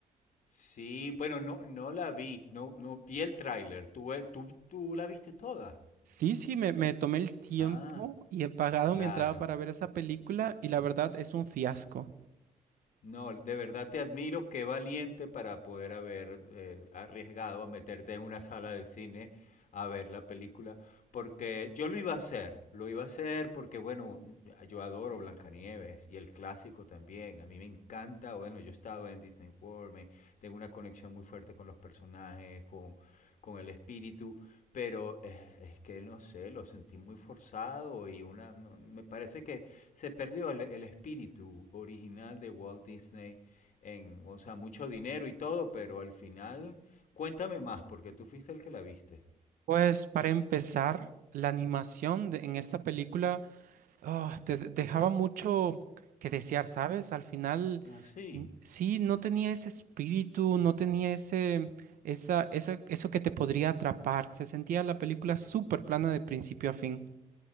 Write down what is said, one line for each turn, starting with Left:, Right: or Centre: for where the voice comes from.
Left: Sí, bueno, no, no la vi, no, no vi el tráiler. ¿Tú, eh, tú, tú la viste toda?
Right: Sí, sí, me, me tomé el tiempo
Left: Ah.
Right: y he pagado
Left: Claro.
Right: mi entrada para ver esa película y la verdad es un fiasco.
Left: No, de verdad te admiro, qué valiente para poder haber eh, arriesgado a meterte en una sala de cine a ver la película, porque yo lo iba a hacer, lo iba a hacer porque, bueno, yo adoro Blancanieves y el clásico también, a mí me encanta, bueno, yo he estado en Disney World, me- tengo una conexión muy fuerte con los personajes, con, con el espíritu, pero eh, es, que no sé, lo sentí muy forzado y una, no- me parece que se perdió el, el espíritu original de Walt Disney en, o sea, mucho dinero y todo, pero al final, cuéntame más, porque tú fuiste el que la viste.
Right: Pues para empezar, la animación de- en esta película ah, te de- dejaba mucho que desear, ¿sabes? Al final,
Left: Ah, sí.
Right: mm, sí, no tenía ese espíritu, no tenía ese, esa, esa- eso que te podría atrapar. Se sentía la película súper plana de principio a fin.